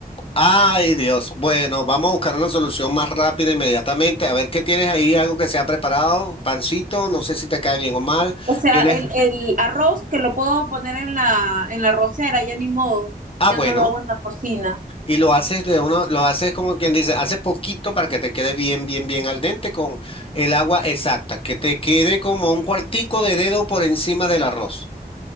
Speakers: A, on the left (about 35°); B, on the right (about 55°).
A: Ay, Dios. Bueno, vamos a buscar una solución más rápida inmediatamente. A ver qué tienes ahí, algo que se ha preparado. Pancito, no sé si te cae bien o mal.
B: O sea,
A: ¿Tienes?
B: el, el arroz que lo puedo poner en la, en la arrocera, ya ni modo,
A: Ah,
B: ya
A: bueno.
B: no lo hago en la cocina.
A: Y lo haces de uno, lo haces como quien dice, haces poquito para que te quede bien, bien, bien al dente con el agua exacta, que te quede como un cuartico de dedo por encima del arroz.